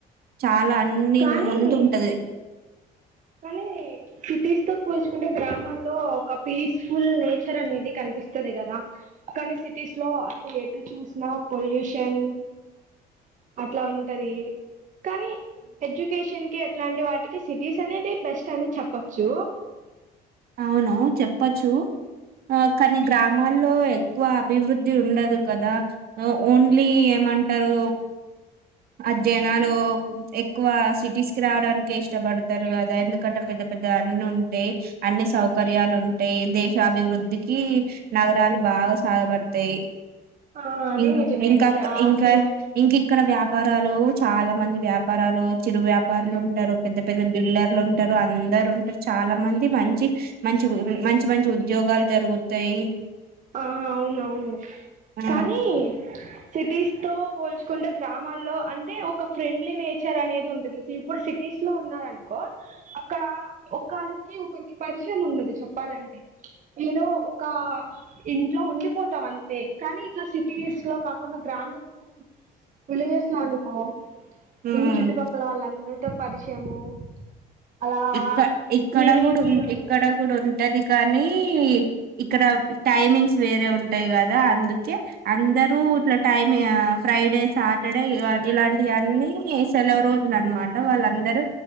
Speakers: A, on the right; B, on the right.
A: చాలా అన్నిీ
B: కానీ
A: ముందుంటది
B: కానీ సిటీస్ తో పోూల్చుకుంటే గ్రామాల్లో ఒక పీస్ఫుల్ నేచర్ అనేది కంట కనిపిస్తుంది కదా కానీ సిటీస్ లో అటు ఎటు చూసినా పొల్యూషన్ అట్లా ఉంటది కానీ ఎడ్యుకేషన్ కి ఎట్లాంటి వాటికి సిటీస్ అనేది బెస్ట్ అని చెప్పొచ్చు
A: అవును చెప్పచ్చు ఆ కానీ గ్రామాల్లో ఎక్కువ అభివృద్ధి ఉండదు కదా ఓన్లీ ఎ అంటారు అధ్యయనాలు ఎక్కువ సిటీస్ కి రావడానికి ఇష్టపడతారు కదా ఎందుకంట పెద్ద పెద్ద అన్ను ఉంటాయి అన్ని సౌకర్యాలు ఉంటాయి దేశాభివృద్ధికి నగరాలు బాగా సహగపడతాయి
B: ఆ అది
A: ఇంకా
B: నిజమే
A: ఇంకా
B: గ్రాస్
A: ఇంకా ఇంకా ఇక్కడ వ్యాపారాలు చాలా మంది వ్యాపారాలు చిరు వ్యాపారులు ఉంటారు పెద్ద పెద్ద బిల్డర్లు ఉంటారు అందరు ఉంటారు చాలా మంది మం మ మంచి మంచి మంచి ఉద్యోగాలు జరుగుతాయి
B: ఆ అవునవును
A: ఆ
B: కానీ సిటీస్ తో పోల్చుకుంటే గ్రామాల్లో అంటే ఒక ఫ్రెండ్లీ నేచర్ అనేది ఉంటది ఇప్పుడు సిటీస్ లో ఉన్నార అనుకో అక్కడ ఒకరికి ఒకరికి పరిచయం ఉండదు చెప్పాలంటే ఏదో క్క ఇంట్లో ఉండిపోతాం అంతే కానీ ఇట్లా సిటీస్ లో కాకుండా గ్రామీ విలేజెస్ లో అనుకో
A: ఉమ్
B: ఇంటి చుట్టుపక్కల వాళ్ళందరితో పరిచయము అలా
A: ఇక్క ఇక్కడ
B: ఈవినింగ్స్
A: కూడా ఉ ఇక్కడ కూడా ఉ ఉంటది కానీ ఇక్కడ టైమింగ్స్ వేరే ఉంటాయి కదా అందుకే అ ఇందరు ఇట్లా టైమి ఫ్రైడే సాటర్డే ఇలాంటివన్నీ సెలవు రోజులు అన్నమాట మాట వాళ్ళందరూ